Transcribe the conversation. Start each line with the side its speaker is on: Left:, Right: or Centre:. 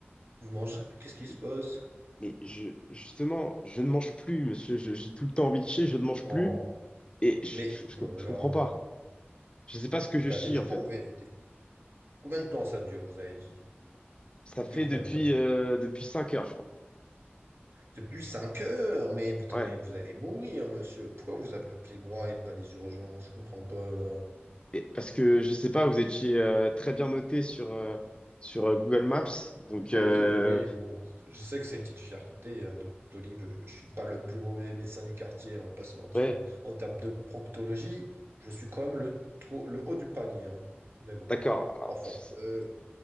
Right: Vous mangez? Qu'est-ce qui se
Left: Et-
Right: passe?
Left: Mais je, justement, je ne mange plus, monsieur. Je- J'ai tout le temps envie de chier, je ne mange
Right: Oh,
Left: plus et je,
Right: mais
Left: je, je-
Right: oh là,
Left: je
Right: là,
Left: comprends pas. Je ne sais pas ce que
Right: vous
Left: je
Right: perdez
Left: chie,
Right: du
Left: en
Right: poids.
Left: fait.
Right: mais- Combien de temps ça dure, vous avez dit?
Left: Ça
Right: Depuis
Left: fait
Right: combien
Left: depuis,
Right: de temps?
Left: euh, depuis 5 heures, je crois.
Right: Depuis 5 heures! Mais attends,
Left: Ouais.
Right: mais vous allez mourir, monsieur. Pourquoi vous avez appelé moi et pas les urgences? Je comprends pas là.
Left: Et- parce que je sais pas, vous étiez euh, très bien noté sur, euh, sur euh, Google Maps. Donc,
Right: Doctolib,
Left: euh,
Right: oui, bon, je sais que c'est une petite fierté, hein, Doctolib. euh, Je suis pas le plus mauvais médecin du quartier, on va pas se mentir.
Left: ouais,
Right: En, en termes de proctologie, je suis quand même le, trop- le haut du panier, hein. Mais bon,
Left: d'accord. Alors,
Right: enfin.
Left: pff,
Right: euh,